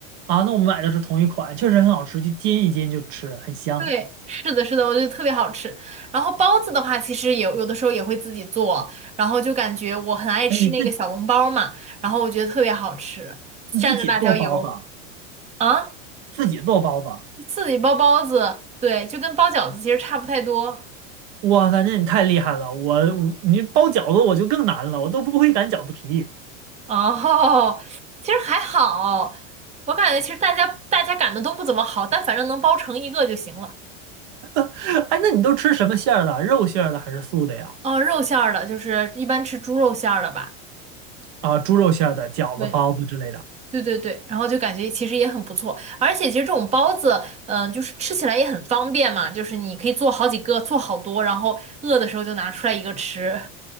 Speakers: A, on the right (about 45°); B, on the right (about 15°).
A: 啊。那我们买的是同一款，确实很好吃，就煎一煎就吃，很香。
B: 对，是的，是的，我觉得特别好吃。然后包子的话，其实也有的时候也会自己做，然后就感觉我很爱吃那个小笼包嘛，
A: 你自
B: 然后我觉得特别好吃，蘸着辣椒油
A: 你自己做包子啊，
B: 啊，
A: 自己做包子啊，
B: 自己包包子，对，就跟包饺子其实差不太多。
A: 哇塞，那你太厉害了！我我你包饺子我就更难了，我都不会擀饺子皮。
B: 哦，其实还好，我感觉其实大家大家擀的都不怎么好，但反正能包成一个就行了。
A: <laughs> 哎，那你都吃什么馅儿的？肉馅儿的还是素的呀？
B: 哦，肉馅儿的，就是一般吃猪肉馅儿的吧。
A: 啊，猪肉馅儿的、饺子、
B: 对。
A: 包子之类的。
B: 对对对，然后就感觉其实也很不错，而且其实这种包子，嗯、就是吃起来也很方便嘛，就是你可以做好几个，做好多，然后饿的时候就拿出来一个吃。